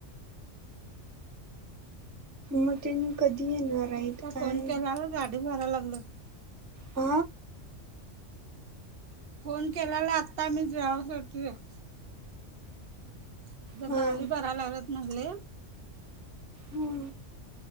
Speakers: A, on the right; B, on the right.
A: मग तेन कधी येणार आहेत
B: आता
A: काय
B: फोन केला गाडी भरायला लागल.
A: प
B: फोन केल्याला आत्ता मी तेवहा <unintelligible> आत
A: हा
B: गाली भरायला लागत मगले.
A: हो